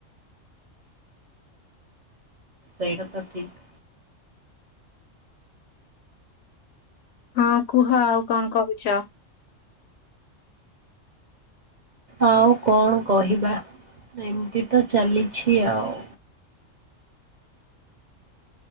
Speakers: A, on the right; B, on the left.
A: ସେଇତ ଠିକ୍।
B: ହଁ କୁହ ଆଉ କଣ କହୁଛ।
A: ଆଉ କଣ କହିବା ଏମିତି ତ ଚାଲିଛି ଆଉ।